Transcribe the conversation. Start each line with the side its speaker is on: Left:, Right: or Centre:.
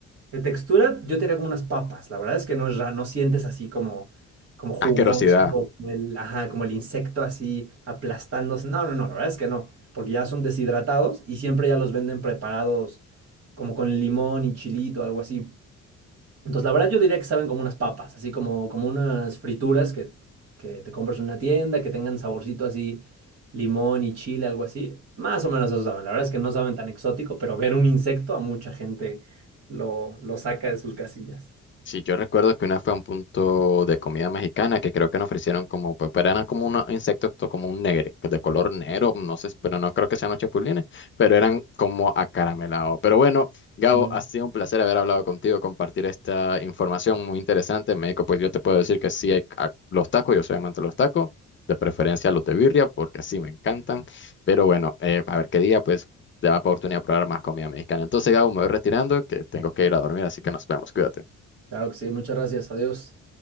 Right: de textura, yo te diría como unas papas. La verdad es que no, es ra- no sientes así como, como jugoso,
Left: Asquerosidad.
Right: como el, ajá, como el insecto así aplastándose. No, no, no, la verdad es que no, porque ya son deshidratados y siempre ya los venden preparados como con limón y chilito, algo así. Entonces, la verdad yo diría que saben como unas papas, así como, como unas frituras que, que te compras en una tienda, que tengan saborcito así, limón y chile, algo así. Más o menos eso saben. La verdad es que no saben tan exótico, pero ver un insecto a mucha gente lo, lo saca de sus casillas.
Left: Sí, yo recuerdo que una fue a un punto de comida mexicana que creo que nos ofrecieron como, pues, pero eran como unos insectos to- como un negro, pues de color negro, no sé, pero no creo que sean los chapulines, pero eran como acaramelados. Pero bueno, Gabo,
Right: Mm.
Left: ha sido un placer haber hablado contigo, compartir esta información muy interesante. México, pues yo te puedo decir que sí hay a- los tacos, yo soy amante de los tacos, de preferencia los de birria, porque sí me encantan. Pero bueno, eh, a ver qué día, pues, te da oportunidad de probar más comida mexicana. Entonces, Gabo, me voy retirando, que tengo que ir a dormir, así que nos vemos, cuídate.
Right: Claro que sí, muchas gracias. Adiós.